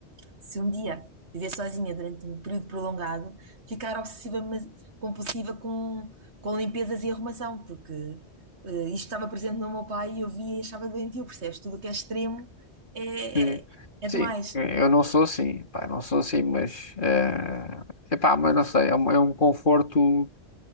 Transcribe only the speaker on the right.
se um dia viver sozinha durante um período prolongado, ficar obsessiva, mas compulsiva com, com limpezas e arrumação, porque eh, isto estava presente no meu pai e eu via e achava doentio, percebes? Tudo o que é extremo é,
é, é
demais.